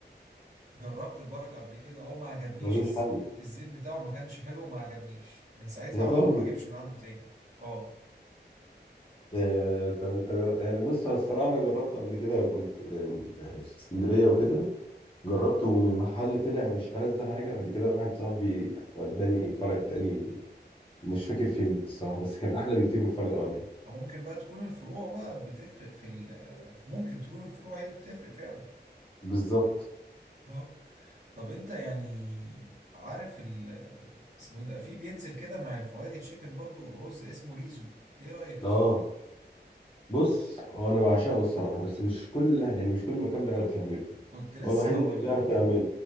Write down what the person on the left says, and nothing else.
ملوش
حل <laughs>
يا
راجل
آه، طب انت جر... يعني بص هو الصراحة انا جربته قبل كده كنت آه، يعني في اسكندرية وكده جربته من محل طلع مش ألذ حاجة بعد كده واحد صاحبي وداني فرع تاني مش فاكر فين الصراحه بس كان احلى بكتير من الفرد الاولاني
بالظبط
اه بص هو انا بعشقه الصراحه بس مش كل يعني مش كل مكان بيعرف يعمله
هو الوحيد
اللي
بيعرف <laughs> يعمله